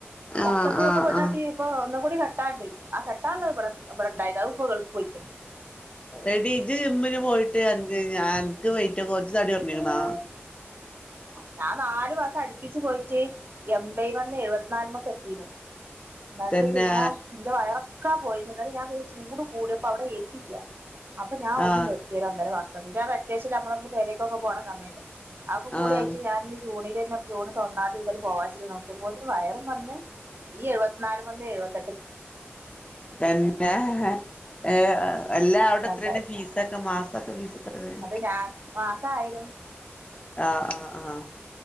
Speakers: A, on the left; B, on the right.
A: അ
B: ഒക്കത്തിനും
A: അ
B: ഒക്കെ പെണ്ണെട്ടി
A: അ
B: ഇപ്പൊ ഒന്നും കൂടി കെട്ടാണ്ട് ആ കെട്ടാനുള്ളത് ഇവിടെ ഇവിടെ ഇണ്ടായില്ല അത് ഇപ്പൊ ഗൾഫ് പോയിക്ക്ണ്
A: എടി ഇജ് ജിമ്മിന് പോയിട്ട് അനക്ക് അനക്ക് ഞാ വെയി എന്റെ കൊറച്ച് തടി കൊറഞ്ഞിന് ബാ
B: ഞാൻ നാല് മാസം അടുപ്പിച്ചപോയിട്ട് എംബയമെന്നേ എഴുപത്തിനാലുമ്മക്ക് എത്തിയ്ന് എന്നിട്ട്
A: തന്നെ
B: പിന്നെ ഇന്റെ വയറൊക്കെ ഇക്കാ പോയിന് അന്നേരം ഞാൻ ചൂട് കുടിയപ്പോ അവിടെ എസി ഇല്ല അപ്പൊ ഞാൻ ഒന്ന്
A: ആഹ്
B: നിർത്തിന് ഒന്നെര മാസം അത്യാശ്യം നമ്മളൊക്ക പെരേക്കൊക്ക പോണ സമയല്ലേ അ കൂടിയായിട്ട്
A: ആഹ്
B: ഞാൻ ഈ ജൂണിലെന്ന സ്കൂള് തൊറന്നാല് <unintelligible> നോക്കിയപ്പോ ഒരു വയറും വന്ന് ഈ നാല് <unintelligible>
A: തന്നേഹ് ഏഹ് അല്ല അവിടെ
B: അതാണ്ടായത്
A: എത്രേണ് ഫീസക്ക മാസൊക്കെ ഫീസ് എത്രാണ്
B: അത് ഞാൻ മാസായിരും
A: ആഹ് ആഹ്